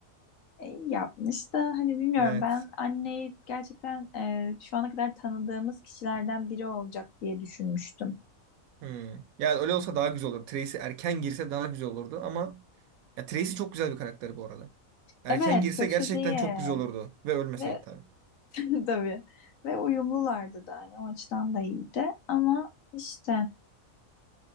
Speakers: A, on the left; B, on the right.
A: E, iyi yapmış da hani bilmiyorum
B: Evet.
A: ben anneyi gerçekten e, şu ana kadar tanıdığımız kişilerden biri olacak diye düşünmüştüm.
B: Hmm. Yani öyle olsa daha güzel olur. Tracy erken girse daha güzel olurdu ama ya Tracy çok güzel bir karakteri bu arada. Erken
A: Evet
B: girse
A: kötü
B: gerçekten
A: diye
B: çok güzel olurdu ve ölmeseydi
A: ve
B: tabii.
A: <laughs> tabii ve uyumlulardı da hani o açıdan da iyiydi ama işte